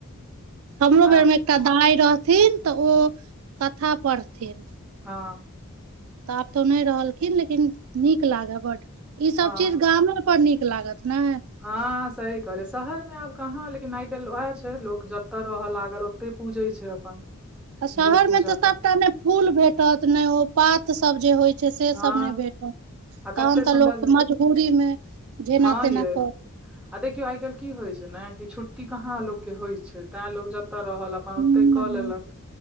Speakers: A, on the right; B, in the centre.
A: हमरो
B: आ
A: बेर मे एकटा दाइ रहथिन तऽ ओ कथा पढ़थिन
B: हँ
A: तऽ आब तऽ नहि रहलखिन लेकिन नीक लागे बड्ड ई सब
B: हँ
A: चीज गामों पर नीक लागत ने
B: हँ सही कहलियै शहर मे आब कहाँ लेकिन आइ काल्हि उएह छै लोक जतय रहऽ लागल ओते पूजै छै अपन
A: आ शहर
B: जे पूजा
A: मे तऽ सबटा
B: भेल
A: ने फूल भेटत ने ओ पात सब जे होइ छै से
B: हँ
A: सब नहि भेटत तहन
B: आ कते
A: तऽ
B: सुन्दर
A: लोकके मजबूरी मे जेना
B: हँ
A: तेना
B: यै
A: करऽ
B: आ देखियो आइ काल्हि की होय छै ने कि छुट्टी कहाँ लोककेँ होइ छै तैं लोक जतऽ नतऽ रहल अपन
A: हूँ
B: ओतै कऽ लेलक